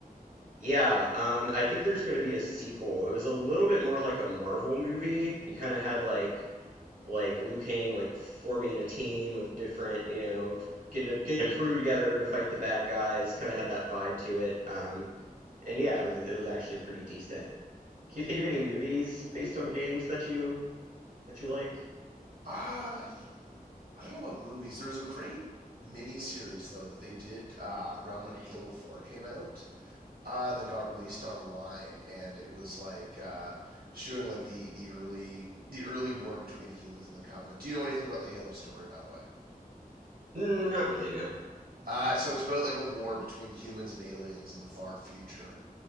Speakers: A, on the right; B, on the right.
A: Yeah, um, I think there's going to be a sequel. It was a little bit more like a Marvel movie. You kind of had like like Liu Kang like forming a team of different, you know, getting a, getting a crew together to fight the bad guys. Kind of had that vibe to it. Um, and yeah, it was it was actually pretty decent. Can you think of any movies based on games that you that you like?
B: Ah, uh, I don't know about movies. There was a great mini series though that they did uh, around when Halo Four came out. Uh, that got released online, and it was like uh, showing like the the early the early war between the humans and the Covenant. Do you know anything about the Halo story, by the way?
A: Mm, not really, no.
B: Uh, so it's about like a war between humans and aliens in the far future,